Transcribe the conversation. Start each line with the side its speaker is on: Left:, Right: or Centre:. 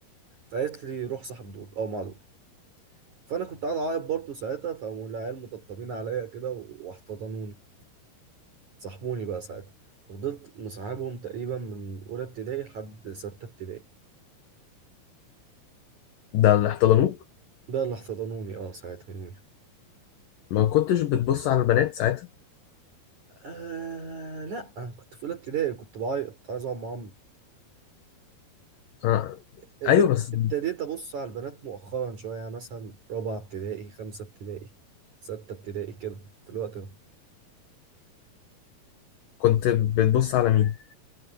Right: فقالت لي روح صاحب دول او مع دول فانا كنت قاعد اعيط برضو ساعتها فقاموا العيال مطبطبين عليا كده واحتضنوني صاحبوني بقى ساعتها فضلت مصاحبهم تقريبا من اولى ابتدائي لحد سته ابتدائي
Left: ده اللي احتضنوك
Right: ده اللي احتضنوني اه ساعتها يوميها
Left: ما كنتش بتبص على البنات ساعتها
Right: آه لا انا كنت في اولى ابتدائي كنت بعيط عايز اقعد مع عمي
Left: آه.
Right: اب-
Left: ايوه بس
Right: ابتديت ابص على البنات مؤخرا شويه يعني مثلا رابعه ابتدائي خمسه ابتدائي سته ابتدائي كده في الوقت ده
Left: كنت بتبص على مين